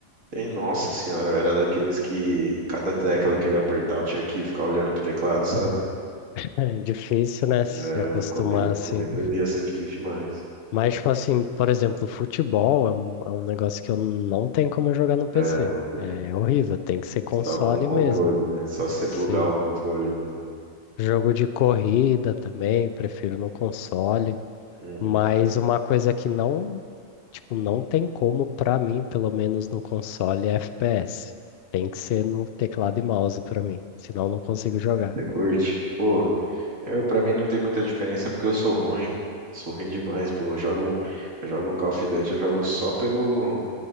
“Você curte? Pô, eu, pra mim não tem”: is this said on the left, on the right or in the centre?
Right